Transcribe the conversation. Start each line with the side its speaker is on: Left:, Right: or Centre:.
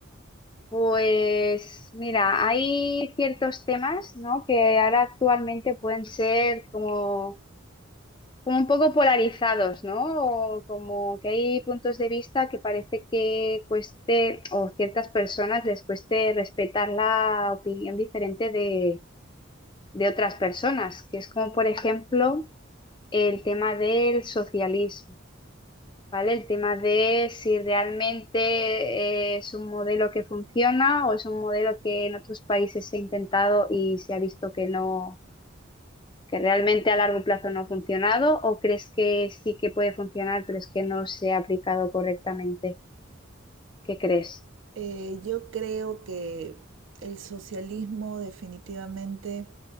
Left: Pues mira, hay ciertos temas, ¿no? que ahora actualmente pueden ser como, como un poco polarizados, ¿no? O como que hay puntos de vista que parece que cueste o ciertas personas les cueste respetar la opinión diferente de, de otras personas, que es como por ejemplo... el tema del socialismo, ¿vale? El tema de si realmente eh, es un modelo que funciona o es un modelo que en otros países se ha intentado y se ha visto que no, que realmente a largo plazo no ha funcionado, o crees que sí que puede funcionar, pero es que no se ha aplicado correctamente. ¿Qué crees?
Right: Eh, yo creo que el socialismo definitivamente